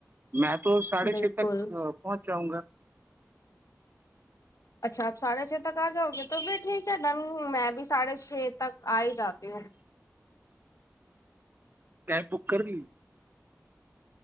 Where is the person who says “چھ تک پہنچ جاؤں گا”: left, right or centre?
Right